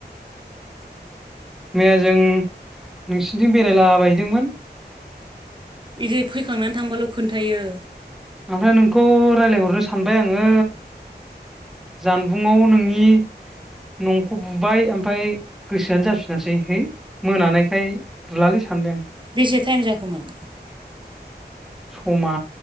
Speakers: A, in the centre; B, on the right.
A: मैया जों नोंसिनिथिं बेरायलाबायहैदोंमोन।
B: इदि फैखांनानै थांबाल' खोन्थायो।
A: ओमफाय नोंखौ रायज्लायहरनो सानबाय आङो जानबुंआव नोंनि नंखौ बुबाय ओमफाय गोसोआनो जाफिनासै है मोनानायखाय बुलालै सानबाय आं।
B: बेसे टाइम जाखोमोन?
A: समा